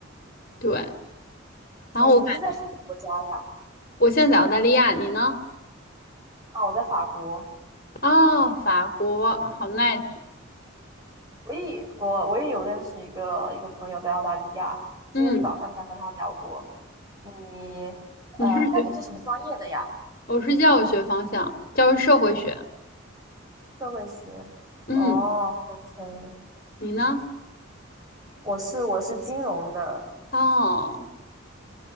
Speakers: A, on the left; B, on the right.
A: 对，然后我感觉
B: 哎，你是在什么国家呀？
A: 我现在在澳大利亚，你呢？
B: 啊，我在法国。
A: 哦，法国，好 nice。
B: 我也我我也有认识一个一个朋友在澳大利亚，今天早上才和他聊过。
A: 嗯，
B: 你呃，
A: 你是学？
B: 那你是什么专业的呀？
A: 我是教育学方向，教育社会学。
B: 社会学。
A: 嗯，
B: 哦，OK，
A: 你呢？
B: 我是我是金融的，
A: 哦